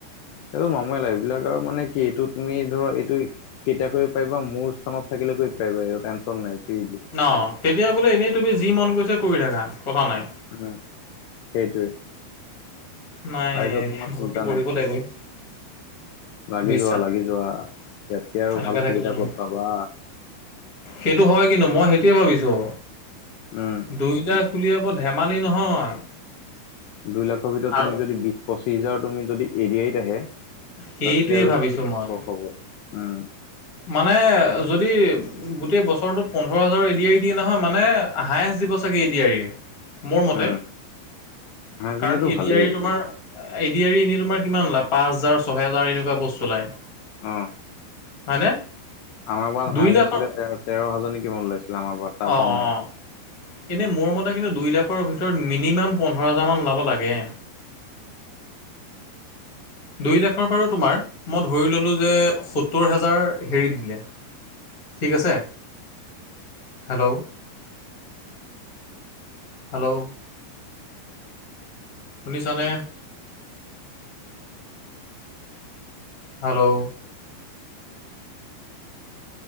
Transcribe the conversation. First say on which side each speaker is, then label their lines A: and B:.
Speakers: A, on the left; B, on the left.
A: আও নৰ্মেল <unintelligible> এইবিলাক আৰু মানে কি এইটো তুমি ধৰ এইটো কেতিয়া কৰিব পাৰিবা মোৰ স্থানত <unintelligible> থাকিলে কৰিব পাৰিব টেনশ্যন নাই ফ্ৰী
B: ন তেতিয়া বোলে এনেই তুমি যি মন গৈছে কৰি থাকা কথা নাই
A: উম সেইটোৱে
B: নাই
A: তাৰপিছত তোমাৰ
B: ভালকে
A: চিন্তা
B: পঢ়িব
A: নাই
B: লাগিবই
A: লাগি
B: বিশ্বাস
A: যোৱা লাগি যোৱা ইয়াতকে আৰু
B: এনেকে
A: ভাল
B: থাকিলে
A: সুবিধা
B: নহ'ব
A: ক'ত পাবা?
B: সেইটো হয় কিন্তু মই সেইটোৱে ভাবিছোঁ
A: উম
B: দুই <unintelligible> বুলি আকৌ ধেমালি নহয়
A: দুইলাখৰ ভিতৰত
B: আৰু
A: তুমি যদি বিশ পঁচিশ হাজাৰ তুমি যদি এৰিয়াইত আহে
B: সেইটোৱে
A: তাতকে আৰু
B: ভাবিছো
A: কি সুখৰ
B: মই
A: খবৰ উম
B: মানে যদি গোটেই বছৰটোত পোন্ধৰ হাজাৰ এডিআৰি দিয়ে নহয় মানে হায়েচ দিব চাগে এডিআৰি মোৰ মতে
A: উম হাৰাইছিলেতো
B: কাৰণ এদিআৰি
A: ভালেই
B: তোমাৰ এদিআৰি এনে তোমাৰ কিমান ওলায় পাঁচ হাজাৰ ছহেজাৰ এনেকুৱা পস্ত ওলাই
A: অঁ
B: হয়নে?
A: আমাৰ বাৰত
B: দুই
A: হাইজ
B: লাখৰ
A: আছিলে তেৰ তেৰ হাজাৰ কিমান ওলাইছিলে আমাৰ বাৰত তাৰ
B: অ অ
A: ওপৰত নাই
B: এনেই মোৰ মতে কিন্তু দুই লাখৰ ভিতৰত মিনিমাম পোন্ধৰ হাজাৰমান ল'ব লাগে
A: <inaudible>
B: দুইলাখৰ বাৰু তোমাৰ মই ধৰি ললোঁ যে সত্তৰ হেজাৰ হেৰিত দিলে ঠিক আছে হেল্ল' হেল্ল' শুনিচানে? Hello